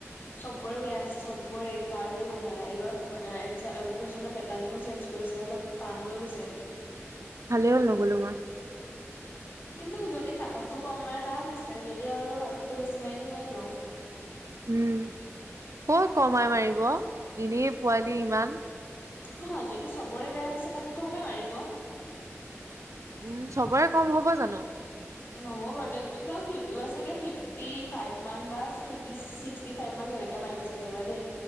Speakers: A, on the left; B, on the right.
A: চবৰে বেয়া আছে চবৰে, কাৰোৰে ভাল হোৱা নাই এইবাৰ এ এঞ্চাৰ কুৱেচনৰ পেটাৰ্নটো চেঞ্জ কৰিছে অলপ টান হৈ গৈছে।
B: ভালে হ'ল নগ'লো মই।
A: কিন্তু যদি কাট অফটো কম মাৰে লাভ আছে যদি আৰু কাট অফটো বেছি মাৰি দিয়ে নোৱাৰিম আৰু।
B: উম, কত কমাই মাৰিব এনেই পোৱালি ইমান।
A: নহয় যদি চবৰে বেয়া হৈছে কাট অফতো কমেই মাৰিব।
B: উম, চবৰে কম হ'ব জানো?
A: <unintelligible> ফিফটিও আছে গে ফিফ টি ফাইভ মান বা <unintelligible> ছিক্সটি ফাইভ মান তেনেকে মাৰিব চাগে এইবাৰ দেই।